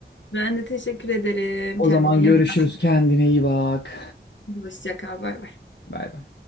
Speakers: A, on the left; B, on the left.
A: Ben de teşekkür ederim.
B: O
A: Kendine
B: zaman
A: iyi
B: görüşürüz
A: bak.
B: kendine iyi bak.
A: Hoşça kal. Bay bay.
B: Bay bay.